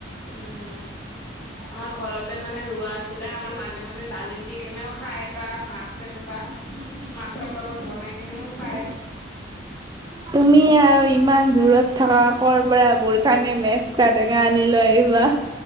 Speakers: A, on the left (about 20°); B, on the right (about 20°).
A: উম আমাৰ ঘৰতে মানে ৰোৱা আছিলে আমাৰ মাজে মাজে দালিত দি কেনেও খায় বা মাছ এনেকুৱা মাছৰ লগত বনাই কেনেও খায়
B: তুমি আৰু ইমান দূৰত থাকা কৰ' পৰা মোৰ কাৰনে মে চ কাটেঙা আনি লৈ আহিবা